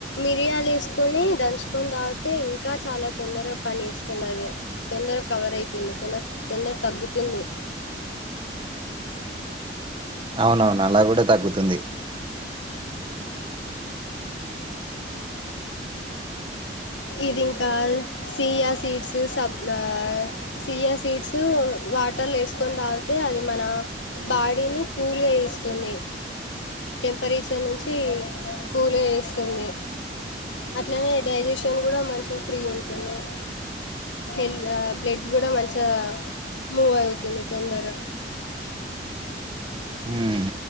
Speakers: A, on the left (about 80°); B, on the right (about 25°).
A: మిరియాలు వేసుకొని దంచుకొని తాగితే ఇంకా చాలా తొందరగా పని చేస్ సున్నది తొందర కవర్ అయితుంది కొంద తొందర తగ్గుతుంది
B: అవునవును అలా గూడ తగ్గుతుంది
A: ఇదింకా సియా సీడ్స్ సబ్ ఆ సియా సీడ్స్ వాటర్లు వేసుకొని తాగితే అది మన బాడీని కూల్గా చేస్తుంది టెంపరేచర్ నుంచి కూల్గా ఎస్తుంది అట్లనే డైజెషన్ కూడా మంచిగ ఫ్రీ ఉంటుంది హెల్ ఆ బ్లడ్ కూడా మంచిగ మూవ్ అవుతుంది తొందర
B: ఉమ్